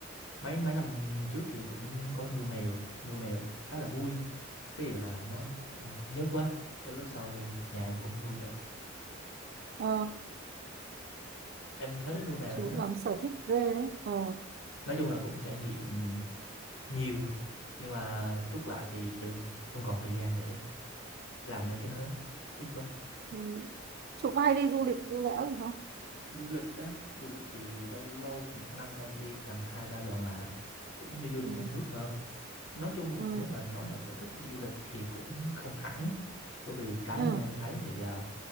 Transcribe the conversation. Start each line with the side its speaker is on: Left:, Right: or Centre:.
Left: mấy mấy năm trước thì cũng có nuôi mèo nuôi mèo khá là vui cái điều là nó cũng nhớt quá cái lúc sau nhà em cũng nuôi nữa
Right: ờ,
Left: em khá thích nuôi mèo
Right: chú
Left: chứ
Right: lắm sở thích ghê đấy ờ,
Left: nói chung là cũng trải nghiệm nhiều <laughs> nhưng mà rút lại thì chứ không còn thời gian để làm mấy cái nữa ít quá
Right: ừ. chú có hay đi du lịch du lẽo gì không
Left: du lịch á du lịch thì lâu lâu một năm em đi tầm hai ba lần à cũng đi du lịch
Right: ừ.
Left: trong nước thôi nói chung
Right: Ừ.
Left: nếu mà nói là sở thích đi du lịch thì cũng không hẳn bởi vì cá
Right: Ừ.
Left: nhân em thấy thì à,